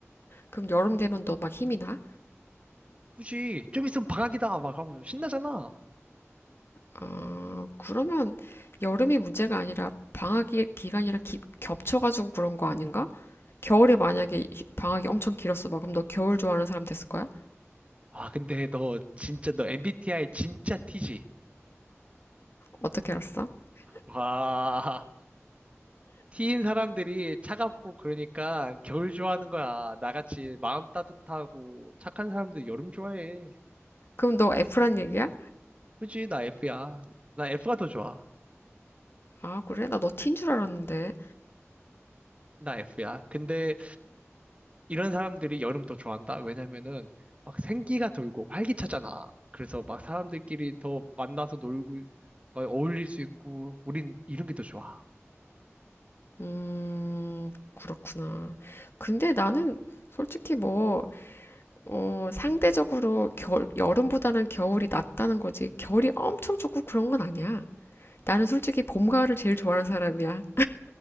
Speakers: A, on the left; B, on the right.
A: 그럼 여름 되면 너 막 힘이 나?
B: 굳이 좀 있으면 방학이다 막 하고 신나잖아.
A: 아, 그러면 여름이 문제가 아니라 방학 기- 기간이랑 기- 겹쳐가지고 그런 거 아닌가? 겨울에 만약에 휴- 방학이 엄청 길었어. 막 그럼 너 겨울 좋아하는 사람 됐을 거야?
B: 아, 근데 너 진짜 너 MBTI 진짜 T지?
A: 어떻게 알았어?
B: 와. T인 사람들이 차갑고 그러니까 겨울 좋아하는 거야. 나같이 마음 따뜻하고 착한 사람들 여름 좋아해.
A: 그럼 너 F란 얘기야?
B: 그지? 나 F야. 나 F가 더 좋아.
A: 아, 그래? 나 너 T인 줄 알았는데.
B: 나 F야. 근데 이런 사람들이 여름 더 좋아한다? 왜냐면은 막 생기가 돌고 활기차잖아. 그래서 막 사람들끼리 더 만나서 놀고 막 어울릴 수 있고 우린 이런 게 더 좋아.
A: 음, 그렇구나. 근데 나는 솔직히 뭐, 어, 상대적으로 겨울, 여름보다는 겨울이 낫다는 거지. 겨울이 엄청 좋고 그런 건 아니야. 나는 솔직히 봄, 가을을 제일 좋아하는 사람이야.